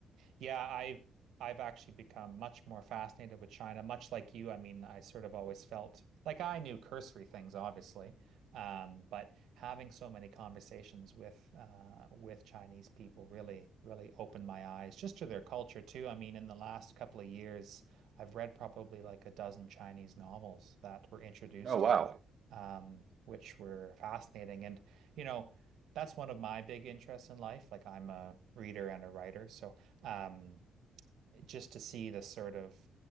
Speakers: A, on the right; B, on the right.
A: Yeah, I've I've actually become much more fascinated with China, much like you. I mean, I sort of always felt like I knew cursory things, obviously, um, but having so many conversations with uh, with Chinese people really, really opened my eyes just to their culture too. I mean, in the last couple of years, I've read probably like a dozen Chinese novels that were introduced
B: Oh wow.
A: to me,
B: <laughs>
A: um, which were fascinating. And you know, that's one of my big interests in life. Like I'm a reader and a writer, so um, just to see the sort of